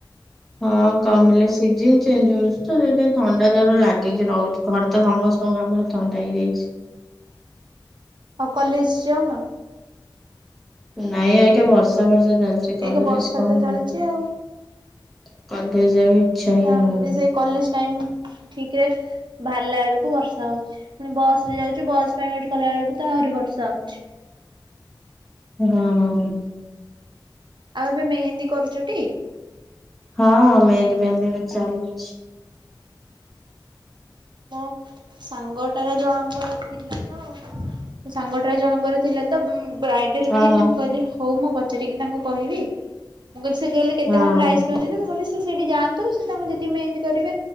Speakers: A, in the centre; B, on the right.
A: ହଁ କମିଲେ ସିଜନ ଚେଞ୍ଜ ହଉଛି ତ ଯଦି ଥଣ୍ଡା ଜର ଲାଗିକି ରହୁଛି ଘରେ ତ ସମସ୍ତେ ତ ଆମର ଥଣ୍ଡା ହେଇଯାଇଛି
B: ଆଉ କଲେଜ ଯାଉନ
A: ନାଇଁ ଆ <unintelligible> ବର୍ଷା ବର୍ଷା ଚାଲିଛି ସେ କଲେଜ
B: ଏକ ବର୍ଷା
A: କଣ
B: ତ ଚାଲିଛି
A: ଜ
B: ଆଉ
A: କଲେଜ ଯିବାକୁ ଇଚଛା ହିଁ
B: ଆମେ
A: ହଉନି
B: ବି ସେଇ କଲେଜ ଟାଇମ୍ ଠିକରେ ବାହାରିଲା ବେଳକୁ ବର୍ଷା ହଉଛି। ପୁଣି ବସ ରେ ଯାଉଛି ବସ୍ ପାଇଁ ୱେଟ କଲା ବେଳକୁ ତ ଆହୁରି ବର୍ଷା ହଉଛି।
A: ହଁ।
B: ଆଉ ଏବେ ମେହେନ୍ଦୀ କରୁଛୁ ଟି?
A: ହଁ ମେହେନ୍ଦୀ ଫେହେନ୍ଦୀ ବି ଚାଲୁଛି।
B: ଅ ସାଙ୍ଗଟାର ଜଣଙ୍କର ଥିଲା ତ। ସାଙ୍ଗଟାର ଜଣଙ୍କର ଥିଲା ତ ବ୍ରାଇଡେଲ
A: ହଁ
B: ମେହେନ୍ଦୀ ମୁଁ କହିଲି ହଉ ମୁଁ ପଚାରିକି ତାଙ୍କୁ କହିବି। ମୁଁ କହିଲି ସେ କହିଲି କେତେ
A: ହଁ ହଁ
B: କଣ ପ୍ରାଇସ୍ ନେଉଛନ୍ତି ମୁଁ କି ସେଇଠି ଯାଆନ୍ତୁ ସେ ତାଙ୍କୁ ଯତିକି ମେହେନ୍ଦୀ କରିବେ